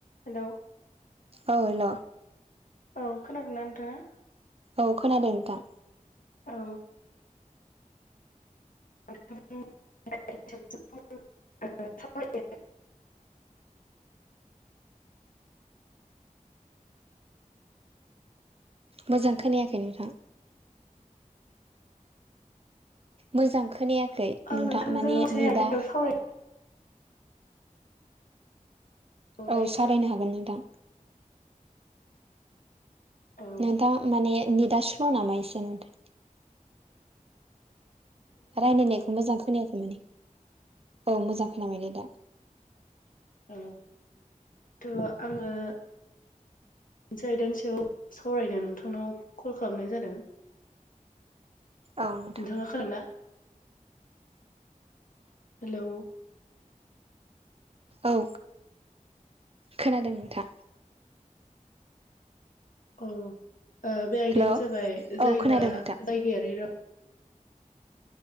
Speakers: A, on the left; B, on the right.
A: हेलौ
B: औे हेल
A: औ खोनादों ना नोंथाङा
B: औ खोनादों नोंथां
A: औ <unintelligible> <inaudible>
B: मोजां खोनायाखै नोंथां मोजां खोनायाखै
A: आं
B: नोंथां
A: नोंथांजों
B: माने
A: मोनसे
B: नेदा
A: आयदानि सायाव सावरायनो दायो
B: औ सावरायनो
A: खोना
B: हागोन नोंथां
A: औ
B: नोंथां माने निदास्ल' नामा एसे नोंथां रायज्लायनायखौ मोजां खोनायाखै माने औ मोजां खोनाबाय दे दा
A: औ थ' आङो मोनसे आयदानि सायाव सावरायनो नोंथांनाव कल खालामनाय जादों <inaudible>
B: औ नोंथां
A: नोंथाङा खोनादोंना हेल'
B: औ खोनादों नोंथां
A: औ बे आयदायानो
B: हेल' औ
A: जाबाय जायगा
B: खोनादों नोंथां
A: जायगायारि राव